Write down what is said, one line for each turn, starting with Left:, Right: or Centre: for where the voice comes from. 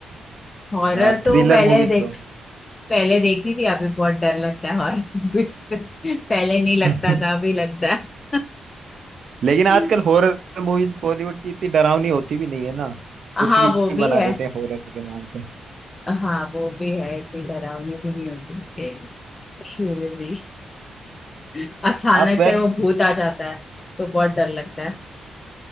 Left: हॉरर
Right: हाँ
Left: तो
Right: थ्रिलर
Left: पहले
Right: मूवीज
Left: देख
Right: तो
Left: पहले देखती थी अभी बहुत डर लगता है हॉरर मूवीज से <laughs> पहले नहीं लगता
Right: <laughs>
Left: था अभी लगता है
Right: लेकिन आजकल
Left: <laughs>
Right: हॉरर मूवीज बॉलीवुड की इतनी डरावनी होती भी नहीं है ना
Left: हाँ
Right: कुछ भी
Left: वो
Right: बना
Left: भी है
Right: देते हैं हॉरर के नाम पे
Left: हाँ वो भी है इतनी डरावनी भी नहीं होती फिर भी <laughs> अचानक
Right: आप वेब
Left: से वो भूत
Right: <laughs>
Left: आ जाता है तो बहुत डर लगता है